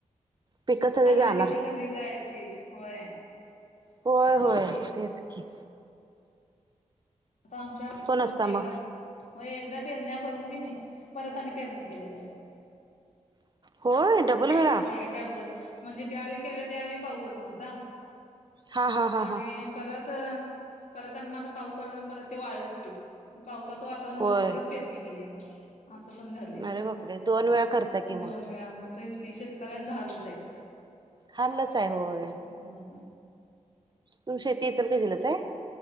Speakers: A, on the right (about 35°); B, on the left (about 75°).
A: पिक सगळे
B: आलेली
A: जाणार
B: पिकं सगळी जायची होय
A: होय
B: तेच
A: होय
B: की
A: तेच की
B: आता आमच्या
A: तो नसता मग
B: एकदा हो एकदा पेरण्या करून कि नाही परतने पेरण्या केल्या
A: होय डबल वेळा
B: होय डबल म्हणजे ज्यावेळी केलं त्यावेळी पाऊसच नव्हता
A: हा हा हा
B: आणि
A: हा
B: परत परत आणि मग आता पाऊस चालला परत ते वाढलंच की पावसाचं वातावरण
A: होय
B: परत पेरणी केली मग असं पण झालंय
A: अरे बापरे दोन वेळा खर्च कि मग
B: दोन वेळा मग इकशेत ्यांचा हाजच आहे
A: हाल्लच आहे होय
B: हो
A: तुम शेती येेल क जिलस आहे